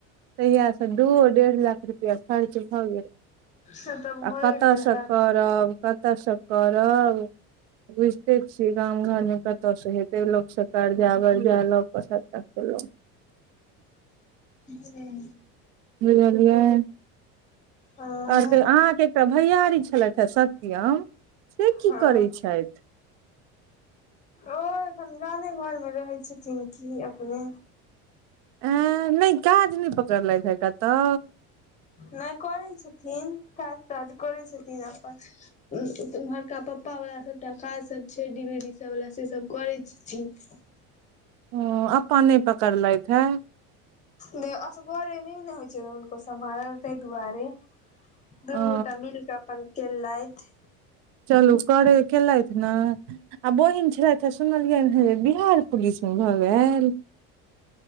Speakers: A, on the right; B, on the left.
A: तहिया से दूओ डेढ़ लाख रुपआ खर्च भए गेल।
B: से तऽ भए
A: आ कत
B: गेल
A: से
B: हैत
A: करब। कतऽसे करब बुझिते से गाम घरमे कतय से हेतै लोक सब से कर्जा वर्जा लऽ क सबटा केलहुँ।
B: हुं।
A: बुझलियै।
B: हँ
A: और अहाँ के एकटा भैयारी छलथि हे सत्यम से की
B: हँ
A: करै छथि।
B: ओ एखन गामे घरमे रहै छथिन की अपने।
A: एं नहि काज नै पकड़ लैत हे कतहु।
B: नहि करै छथिन, काज ताज करै छथिन अपन। उमहरका पप्पा वला सबटा काज सब छै डिलेवरी सब वला से सब करै छथिन।
A: हां अपन नहि पकड़ लैथहे।
B: नै असगरे नहि ने होइ छै हुनको सम्हारल तै दुआरे। दुनू
A: ओ
B: गोटा मिलके अपन केलैथ।
A: चलू करै केेलैथ ने। आ बहिन छलथि सुनलियनि हेँ जे बिहार पुलिस मे भऽ गेलैन।